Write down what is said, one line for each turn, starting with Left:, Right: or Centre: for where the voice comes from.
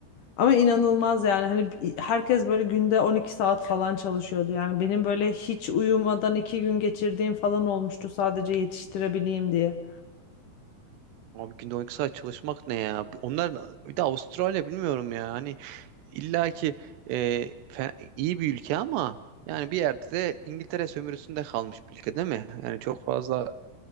Left: Ama inanılmaz yani hani herkes böyle günde 12 saat falan çalışıyordu. Yani benim böyle hiç uyumadan 2 gün geçirdiğim falan olmuştu sadece yetiştirebileyim diye.
Right: Abi günde 12 saat çalışmak ne ya? Onlar bir de Avustralya bilmiyorum ya. Hani İlla ki e, fe- iyi bir ülke ama yani bir yerde de İngiltere sömürüsünde kalmış bir ülke değil mi? Yani çok fazla